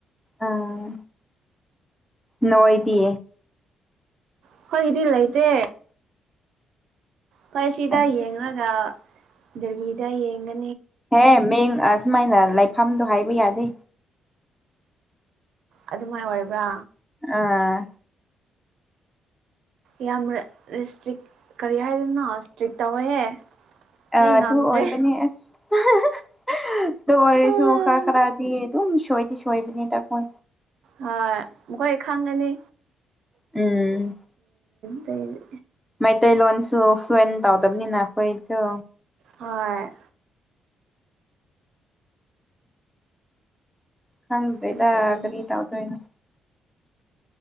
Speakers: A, in the centre; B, on the right.
A: ꯑꯥ ꯅꯣꯏꯗꯤ
B: ꯑꯈꯣꯏꯒꯤꯗꯤ ꯂꯩꯇꯦ ꯍꯣꯢ ꯁꯤꯗ
A: ꯑꯁ
B: ꯌꯦꯡꯔꯒ ꯗꯦꯍꯤꯗ ꯌꯦꯡꯒꯦ
A: ꯍꯦ ꯃꯤꯡ ꯑꯁꯨꯃꯥꯏꯅ ꯂꯩꯐꯝꯗꯣ ꯍꯥꯏꯕ ꯌꯥꯗꯦ
B: ꯑꯗꯨꯃꯥꯏꯅ ꯑꯣꯏꯔꯕ꯭ꯔꯥ
A: ꯑꯥ
B: ꯌꯥꯝꯅ ꯔꯤꯁꯇ꯭ꯔꯤꯛ ꯀꯔꯤ ꯍꯥꯏꯗꯣꯅꯣ ꯏꯁꯇ꯭ꯔꯤꯛ ꯇꯧꯋꯦꯍꯦ
A: ꯑ
B: ꯑꯩ
A: ꯑꯗꯨ
B: ꯉꯝꯗ꯭ꯔꯦ
A: ꯑꯣꯏꯕꯅꯦ ꯑꯁ ꯑꯗꯨ ꯑꯣꯏꯔꯁꯨ
B: ꯍꯣꯏ
A: ꯈꯔ ꯈꯔꯗꯤ ꯑꯗꯨꯝ ꯁꯣꯏꯗꯤ ꯁꯣꯏꯕꯅꯤ ꯑꯈꯣꯏ
B: ꯍꯣꯏ ꯃꯈꯣꯏ ꯈꯪꯒꯅꯤ
A: ꯎꯝ
B: ꯑꯝ
A: ꯃꯩꯇꯩ ꯂꯣꯟꯁꯨ ꯐ꯭ꯂꯨꯌꯦꯟ ꯇꯧꯗꯕꯅꯤꯅ ꯑꯩꯈꯣꯏꯗꯣ
B: ꯍꯣꯢ
A: ꯈꯪꯗꯦꯗ
B: ꯈꯪꯗꯔꯤ
A: ꯀꯔꯤ ꯇꯧꯗꯣꯢꯅꯣ